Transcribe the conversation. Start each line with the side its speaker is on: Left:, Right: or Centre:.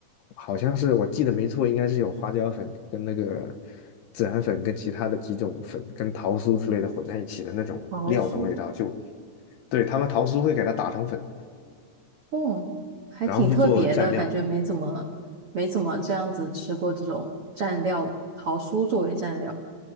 Left: 好像是我记得没错，应该是有花椒粉跟那个孜然粉跟其他的几种粉跟桃酥之类的混在一起的那种料的味道，
Right: 桃酥，
Left: 就对他们桃酥会给它打成粉，
Right: 哦，还挺特别的，
Left: 然后去做蘸料。
Right: 感觉没怎么没怎么这样子吃过这种蘸料，桃酥作为蘸料，